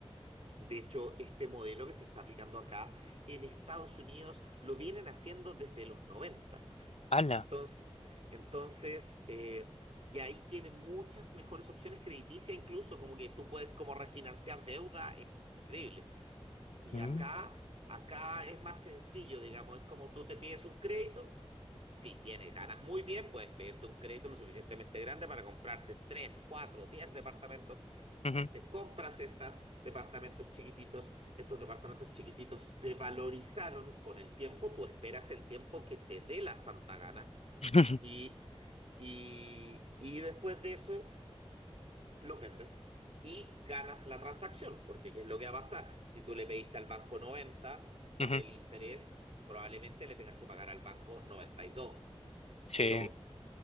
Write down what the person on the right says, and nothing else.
De hecho, este modelo que se está aplicando acá en Estados Unidos lo vienen haciendo desde los 90.
Entonces, entonces eh, y ahí tienes muchas mejores opciones crediticias, incluso como que tú puedes como refinanciar deuda, es increíble. Y
acá, acá es más sencillo, digamos, es como tú te pides un crédito, si tienes ganas muy bien, puedes pedirte un crédito lo suficientemente grande para comprarte 3, 4, 10 departamentos.
Te compras estos departamentos chiquititos, estos departamentos chiquititos se valorizaron con el tiempo, tú esperas el tiempo que te dé la santa gana
y y, y después de eso, los vendes y ganas la transacción, porque ¿qué es lo que va a pasar? Si tú le pediste al banco 90 por
el interés, probablemente le tengas que pagar al banco noventa y dos
Pero,